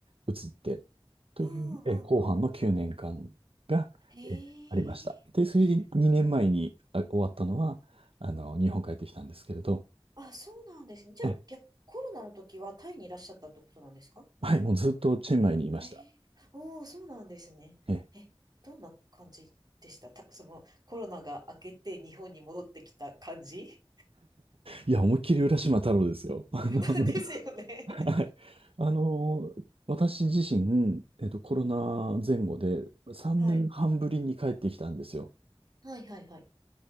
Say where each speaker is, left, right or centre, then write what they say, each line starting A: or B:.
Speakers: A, on the right (about 75°); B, on the right (about 45°).
A: 移って、という、
B: うんうんうん。
A: え、後半の9年間が、
B: へえ。
A: えありました。で、それで2年前にあ終わったのは、あの、日本帰ってきたんですけれど、
B: あ、そうなんですね。じゃあ、
A: え、
B: 逆、コロナの時はタイにいらっしゃったってことなんですか
A: はい、もうずっとチェンマイにいました。
B: へえ。おお、そうなんですね。
A: え、
B: え、どんな感じでしたた、そのコロナが明けて日本に戻ってきた感じ
A: いや、思いっきり浦島太郎ですよ。<laughs> あの、
B: <laughs> ですよね。
A: はい。あの、私自身、えっと、コロナ前後で3年半ぶりに帰ってきたんですよ。
B: はい。はいはいはい。